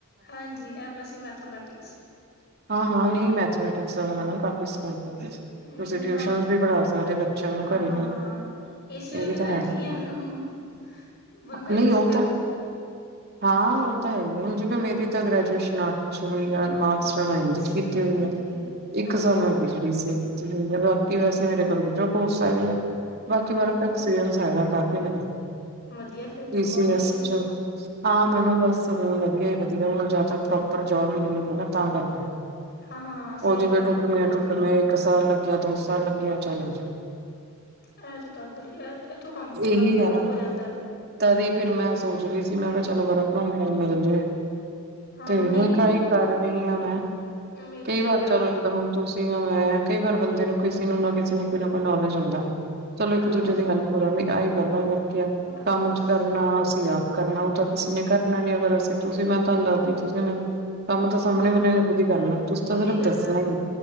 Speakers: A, on the left; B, on the right.
A: ਹਾਂਜੀ ਐਮ ਐਸ ਈ ਮੈਥਾਮੈਟਿਕਸ।
B: ਹਾਂ- ਹਾਂ ਨਈ ਮੈਥਮੈਟਿਕਸ 'ਚ ਹਨਾ, ਕਾਫੀ ਸਕੋਪ ਆ
A: ਨਹੀਂ
B: ਤੁਸੀਂ
A: ਨਹੀਂ
B: ਟਿਊਸ਼ਨਸ਼
A: ਆ ਤਾਂ
B: ਵੀ ਪੜ੍ਹਾ ਸਕਦੇ ਬੱਚਿਆਂ ਨੂੰ।
A: ਹਾਂ
B: ਪਰਰੇ ਹਾ,
A: ਇਸੇ
B: ਇਹ
A: ਕਰਕੇ
B: ਵੀ ਤਾਂ ਹੈ,
A: ਰੱਖੀ ਆ ਬੰਦਾ
B: ਨਈ
A: ਕੁਛ
B: ਉ
A: ਕਰਨ
B: ਤਾਂ ਹਾਂ। ਉਹ ਤਾਂ ਹੈ ਈ ਆ ਹੁਣ ਜਿਵੇਂ ਮੇਰੀ ਤਾਂ ਗ੍ਰੈਜੂਏਸ਼ਨ ਅੱਠ ਚ ਹੋਈ ਆ ਮਾਸ ਐਮ ਜੀ 'ਚ ਕੀਤੀ
A: ਠੀਕ
B: ਹੋਈਆ,
A: ਹੈ ਠੀਕ
B: ਇੱਕ
A: ਓਕੇ
B: ਸਾਲ ਮੈਂ ਪੀਜੀ ਡੀਸੀ ਏ। ਕੀਤੀ ਹੋਈ ਆ ਬਾਕੀ ਵੈਸੇ ਮੇਰੇ ਕੰਪਿਊਟਰ ਕੋਰਸ ਆਏ ਆ, ਬਾਕੀ
A: ਹਾਂ
B: <unintelligible> <unintelligible>
A: ਵਧੀਆ
B: ਹੈਗਾ ਕਾਫੀ ਮੇਰਾ,
A: ਵਧੀਆ ਫਿਰ
B: ਪੀ
A: ਤਾਂ ਬਹੁਤ
B: ਸੀ
A: ਵਧੀਆ
B: ਐਸ 'ਚ ਹਾਂ ਮੈਡਮ ਬਸ ਹੁਣ ਵਦੀਆ ਈ ਵਦੀਆ ਹੁਣ ਜਾਂ ਤਾਂ ਪ੍ਰੋਪਰ ਜੋਬ ਮਿਲੀ ਹੋਵੇ ਨਾ ਤਾਂ ਗੱਲ ਐ।
A: ਹਾਂ ਹਾਂ
B: ਓ
A: ਸਹੀ
B: ਜਿਵੇਂ
A: ਕਿਹਾ
B: ਟੁੱਟ
A: ਪਾਪਾ
B: ਮਿਆ,
A: ਜੋਬ
B: ਟੁੱਟ
A: ਮਿਲੇ
B: ਮਿਆ ਇੱਕ ਸਾਲ ਲੱਗਿਆ ਦੋ ਸਾਲ ਲੱਗਿਆ ਚਲੋ ਜੀ।
A: ਐ ਤਾਂ ਗੱਲ ਬੜੀ ਅ ਇੱਥੋਂ ਕੰਮ ਕੁ ਥੋੜ੍ਹਾ
B: ਇਹੀ
A: ਖ਼ਰਾਬ
B: ਹੈ ਨਾ
A: ਹੋ ਜਾਂਦੈ।
B: ਤਦੀ ਫਿਰ ਮੈਂ ਸੋਚ ਰਹੀ ਸੀ ਮੈਂ ਕਿਹਾ ਚਲੋ ਵਰਕ ਹੋ ਹੋਮ ਮਿਲ ਜੇ।
A: ਹਾਂ
B: ਤੇ
A: ਨਹੀਂ
B: ਹੁਣ
A: ਨਹੀਂ
B: ਟਰਾਈ ਕਰ ਰਈਂ ਆ ਮੈਂ,
A: ਮਿਲ
B: ਕਈ
A: ਜਾਏਗਾ
B: ਵਾਰ ਚੱਲੋ ਜਿਦਾ ਹੁਣ ਤੁਸੀਂ ਜਾਂ ਮੈਂ ਕਈ ਵਾਰ ਬੰਦੇ ਨੂੰ ਕਿਸੇ ਨੂੰ ਨਾ ਕਿਸੇ ਨੂੰ ਕੋਈ ਨਾ ਕੋਈ ਨੌਲੇਜ ਹੁੰਦਾ। ਚਲੋ
A: ਹਾਂ
B: ਇੱਕ ਦੂਜੇ ਦੀ ਹੈਲਪ ਹੋ ਜਾਂਦੀ ਆਹੀ ਗੱਲ ਆ ਹੋਰ ਕਿਆ,
A: ਬਸ
B: ਕੰਮ
A: ਬਸ
B: ਚ ਕਰਨ ਨਾਂ ਅਸੀਂ ਆਪ ਕਰਨਾ ਉਹ ਤਾਂ ਕਿਸੇ ਨੇ ਕਰਨਾ ਨੀ ਅਗਰ ਅਸੀਂ ਤੁਸੀਂ ਮੈਂ ਤੁਹਾਨੂੰ ਦੱਸਦੀ ਤੁਸੀਂ ਮੈਨੂੰ ਕੰਮ ਤਾਂ ਸਾਮਣੇ
A: ਹਾਂ
B: ਵਾਲੇ ਨੇ ਖੁਦ ਈ ਕਰਨਾ ਤੁਸੀਂ ਤਾਂ
A: ਖੁਦ
B: ਸਿਰਫ਼
A: ਹੀ ਕਰਨਾ
B: ਦੱਸਣਾ ਈਆ।